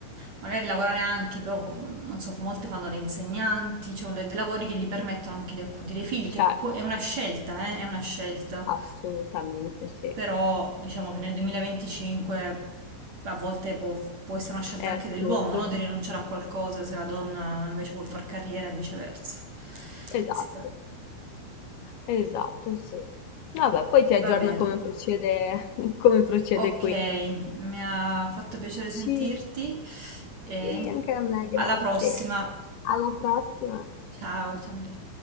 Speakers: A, on the right; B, on the left.
A: Magari lavorare anche, però mhmm, non so, molte fanno le insegnanti, cioè le dei lavori che gli permettono anche di accudire i figli, che
B: certo.
A: può è una scelta, eh, è una scelta.
B: Assolutamente sì,
A: Però diciamo che nel 2025 a volte può, può essere una scelta
B: è
A: anche
B: assurdo.
A: dell'uomo, no? Di rinunciare a qualcosa se la donna invece vuol far carriera e viceversa.
B: Esatto,
A: Si tra-
B: esatto, sì. Vabbè, poi ti aggiorno
A: Va bene.
B: come procede, <laughs> come procede
A: Ok,
B: qui.
A: mi ha fatto piacere sentirti
B: Sì,
A: e
B: sì, anche a me, grazie.
A: alla prossima.
B: Alla prossima.
A: Ciao, ciao Maria.